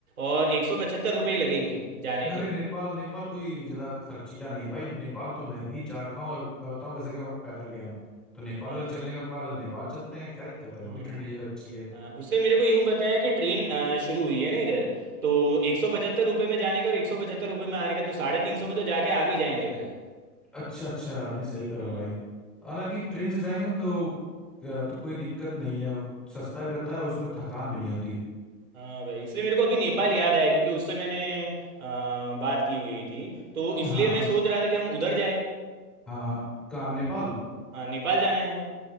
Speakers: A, on the right; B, in the centre.
A: और एक सौ पचहत्तर रुपये ही लगेंगे जाने
B: अरे
A: के
B: नेपाल नेपाल कोई ज्यादा खर्चीला नहीं है भाई नेपाल तो मैं भी जा रखा हूँ और मैं बताऊँ कैसे गया मैं पैदल गया हूँ तो नेपाल
A: अच्छा
B: अगर चलने का प्लान है तो नेपाल चलते हैं क्या दिक्कत है
A: हम्म
B: वो भी ठंडी
A: हम्म।
B: जगह अच्छी है
A: हाँ, उसने मेरे को यूं बताया कि ट्रेन आ, शुरू हुई है ना इधर तो एक सौ पचहत्तर रुपये में जाने का और एक सौ पचहत्तर रुपये में आने का तो साढ़े तीन सौ में तो जाके आ भी जाएंगे भाई
B: अच्छा अच्छा नहीं सही करो
A: हाँ
B: भाई हालांकि ट्रेन से जाएंगे ना तो तो कोई दिक्कत नहीं है और सस्ता भी रहता है और उसमें थकान भी नहीं होती
A: हाँ भाई इसलिए मेरे को अभी नेपाल याद आया क्योंकि उससे मैंने आ, बात की हुई थी तो
B: हाँ
A: इसलिए
B: हाँ
A: मैं सोच रहा था कि हम उधर जाए
B: हाँ हाँ कहाँ नेपाल
A: हाँ नेपाल जाना है